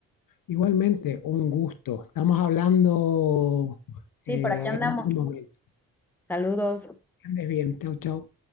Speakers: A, on the left; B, in the centre.
A: Igualmente, un gusto. Estamos hablando
B: Sí,
A: eh,
B: por aquí andamos.
A: en otro momento.
B: Saludos.
A: Que Andes bien. Chau, chau.